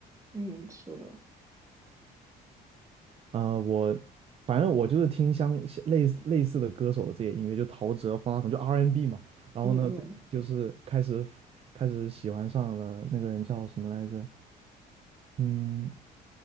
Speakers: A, on the right (about 20°); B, on the right (about 35°).
A: 嗯，是的，
B: 啊、我反正我就是听相像类似类似的歌手的这些音乐，就陶喆、方大同，就 R&B n 嘛。然后呢，
A: 嗯嗯，
B: 最近就是开始开始喜欢上了那个人叫什么来着？嗯，